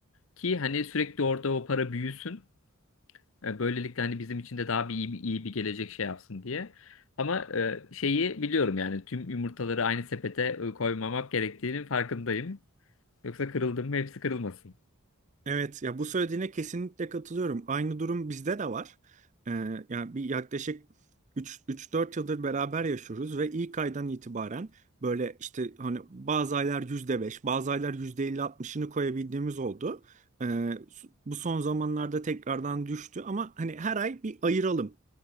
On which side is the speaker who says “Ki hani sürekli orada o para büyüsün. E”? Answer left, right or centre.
Left